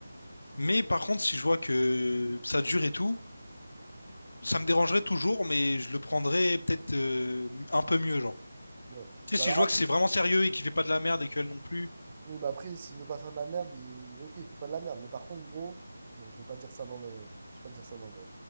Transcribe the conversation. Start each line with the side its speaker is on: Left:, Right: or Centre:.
Left: Mais par contre, si je vois que ça dure et tout, ça me dérangerait toujours, mais je le prendrais peut-être euh, un peu mieux, genre.
Right: Ouais.
Left: Tu
Right: Bah
Left: sais, si
Right: là,
Left: je vois que c'est vraiment sérieux et qu'il fait pas de la merde et qu'elle non plus.
Right: oui, mais après, s'il veut pas faire de la merde, il... ok, il fait pas de la merde. Mais par contre, gros, bon, je vais pas dire ça dans le. Je vais pas dire ça dans le,